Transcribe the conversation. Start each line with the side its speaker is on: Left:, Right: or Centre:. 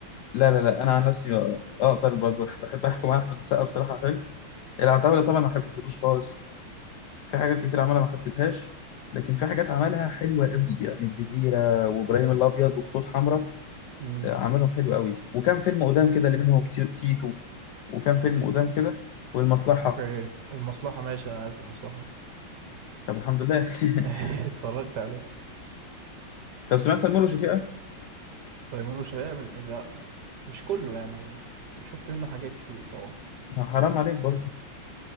Left: لا لا لا انا عن نفسي اقدر ب- بحب احكم على احمد السقا بصراحه حلو العتاوله طبعا ما حبيتهولوش خالص في حاجات كتير عملها ما حبيتهاش لكن في حاجات عملها حلوة قوي يعني الجزيرة وإبراهيم الأبيض وخطوط حمراء
Right: امم
Left: آه، عملهم حلو قوي وكان فيلم قدام كده اللي منهم تي- تيتو وكان فيلم قدام كده والمصلحة
Right: اوكي المصلحة ماشي انا عارف المصلحة
Left: طب الحمد لله
Right: <laughs>
Left: <laughs>
Right: اتفرجت عليه
Left: طب سمعت تيمور وشفيقة؟
Right: تيمور وشفيقة مش لا مش كله يعني شفت منه حاجات كتير طبعا
Left: آه، حرام عليك برضه